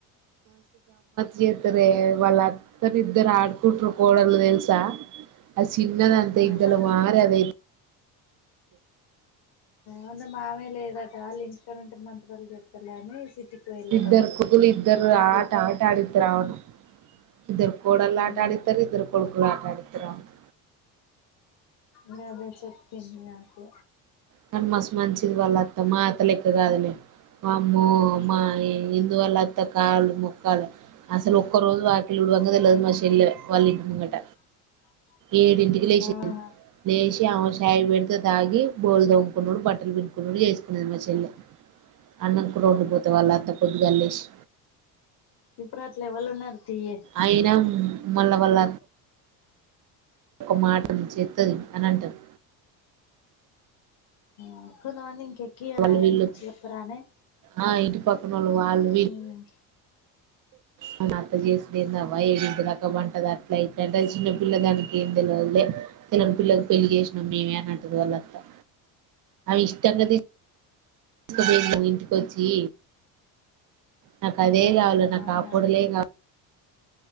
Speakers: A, on the right (about 45°); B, on the left (about 60°).
A: జెస్తారే వాళ్ళ అత్తను ఇద్దరు ఆడుకుట్రూ కోడల్ దెల్సా అ సి తిన్నదంతా
B: ఆ
A: ఇద్దలో
B: వాళ్ళ
A: మారదె ది
B: అందు మామే లేడట ఆల్లింటికాడుంటే మంత్రాలు జేతలని సిర్ తిట్టి పోయిలాట
A: ఇద్దరు
B: వాళ్లు
A: కొడుకులు ఇద్దరు
B: ఏ ఆగు
A: ఆట ఆట ఆడిత్తరు అవును ఇద్దరు కోడల్
B: ఇంగ
A: ఆట ఆడితరు ఇద్దరు కోడ్కులు ఆట ఆడితరు ఆమెని
B: గదే చెపింది నాకు
A: కానీ మస్ మంచిది వాళ్ళు అత్త మా అత్తలెక్క గాదులే అమ్మో మయి ఏదోవల్ల అత్త కాలు మొక్కలే అసలు ఒక్క రోజు వాకిలి వంగద లేది మా సెల్లే వాళ్ళలి మంగట
B: <unintelligible>
A: ఏడింటికి లేచేంది
B: ఆహా
A: లేచి ఆమె చై పెడితే తాగి బోల్లు దోముకున్నాడు బట్టలు పిడుకున్నాడు చేస్తుకున్నది మా చెల్లి అన్నం కూడా వండు పోతే వాళ్ళు అత్త పొద్దుగాలేసి
B: ఇప్పుడు అట్లా ఎవలు ఉన్నారు తీయే
A: అయినా మళ్ళా వాళ్ళ ఒక మాటలు చెత్తది అని అంటారు
B: అనుకున్నవని కేకియా
A: వాళ్ళు
B: రానే
A: వీళ్ళు
B: కి చెప్ప రానే
A: ఆ ఇంటి పక్కనోళ్ళు వాళ్ళు
B: ఉమ్
A: నన్ను అర్ధం చేసుకునే నా వైఫ్ ఇంటిదాకా పంటది అట్లా ఇట్లాంట చిన్న పిల్ల దానికి ఏం తెలయదులే తెలవని పిల్లలకు పెళ్లి చేసినాం మేమే అని అంటుంది వాళ్ళ అత్త ఇష్టంగాది తీసు ఇంటికొచ్చి నాకు అదే
B: ఆహా
A: కావాలి నాకు
B: అవునా
A: ఆ కోడలే కావాలి